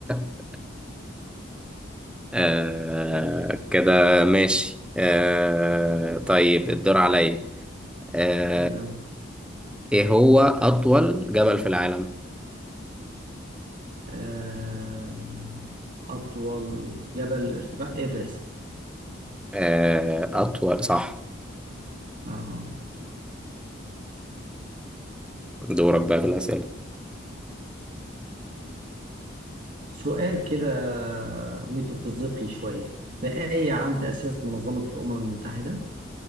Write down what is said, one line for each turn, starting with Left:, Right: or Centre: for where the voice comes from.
Centre: <laughs> آه كده ماشي آه طيب الدور عليا آه
Right: <laughs> يلا
Centre: ايه هو أطول جبل في العالم؟
Right: آه، أطول جبل ارتفاع إيفرست
Centre: آه أطول صح
Right: آه.
Centre: دورك بقى في الأسئلة
Right: سؤال كده ميتافيزيقي شوية في أي عام تأسست منظمة الأمم المتحدة؟